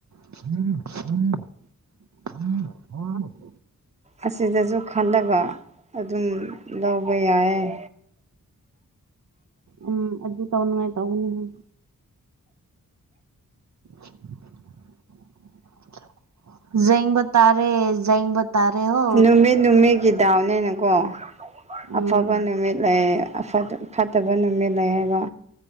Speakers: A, on the right; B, on the right.
A: <unintelligible>
B: ꯑꯁꯤꯗꯁꯨ ꯈꯟꯂꯒꯥ ꯑꯗꯨꯝ ꯂꯧꯕ ꯌꯥꯏꯌꯦ꯫
A: ꯎꯝ ꯑꯗꯨ ꯇꯧꯅꯉꯥꯏ ꯇꯧꯕꯅꯤꯍꯦ꯫ <inaudible> ꯖꯦꯡꯕ ꯇꯥꯔꯦ ꯖꯦꯡꯕ ꯇꯥꯔꯦ ꯍꯣ
B: ꯅꯨꯃꯤꯠ ꯅꯨꯃꯤꯠꯒꯤ ꯗꯥꯎꯅꯤꯅꯀꯣ
A: ꯎꯝ
B: ꯑꯐꯕ ꯅꯨꯃꯤꯠ ꯂꯩ꯫ ꯑꯐꯠ ꯐꯠꯇꯕ ꯅꯨꯃꯤꯠ ꯂꯩꯌꯦꯕ꯫